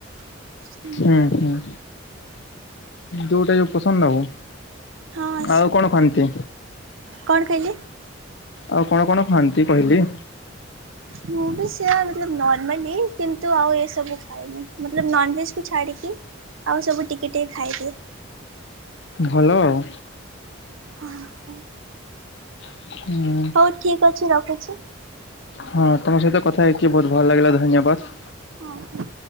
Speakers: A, on the right; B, on the left.
A: <inaudible>
B: ହୁଁ ହୁଁ। ଯେଉଟା ପସନ୍ଦ ଆଉ।
A: ହଁ ଆ
B: ଆଉ କଣ ଖାଆନ୍ତି?
A: କଣ କହିଲି?
B: ଆଉ କଣ କଣ ଖୁଆନ୍ତି କହିଲେ?
A: ମୁଁ ସେଇଆ କିନ୍ତୁ ଆଉ ଏ ସବୁ ଖଏନିଭେଜ କୁ ଛାଡ଼ିକି। ଆଉ ସବୁ ଟିକେ ଟିକେ ଖାଇଦିଏ।
B: ଭଲ ଆଉ।
A: ହଁ ହଁ।
B: ହୁଁ।
A: ହଉ ଠିକ ଅଛି ରଖୁଛି।
B: ହଁ ତମ ସହିତ କଥା ହେଇକି ବହୁତ ଭଲ ଲାଗିଲା ଧନ୍ୟବାଦ।
A: ହଁ।